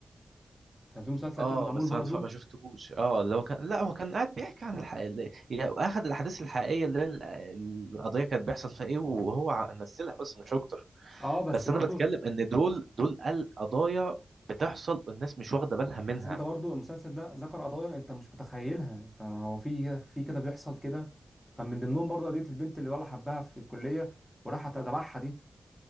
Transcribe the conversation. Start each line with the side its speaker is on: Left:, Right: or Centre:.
Centre: كان في مسلسل
Right: اه
Centre: كده معمول
Right: بس
Centre: برضو
Right: انا اتف- ما شفتهوش اه اللي هو كان لا هو كان قاعد بيحكي عن الحقيقة اللي- يعني اخذ الاحداث الحقيقية اللي هي ال- القضية كانت بيحصل فيها ايه وهو ع- مثلها بس مش اكتر
Centre: اه بس
Right: بس
Centre: برضو
Right: انا بتكلم ان دول دول القضايا بتحصل والناس مش واخده بالها منها
Centre: بس انت برضو المسلسل ده ذكر قضايا انت مش متخيلها انت هو في كده في كده بيحصل كده كان من ضمنهم برضو قضية البنت اللي ولا حبها في الكلية وراحت ادبحها دي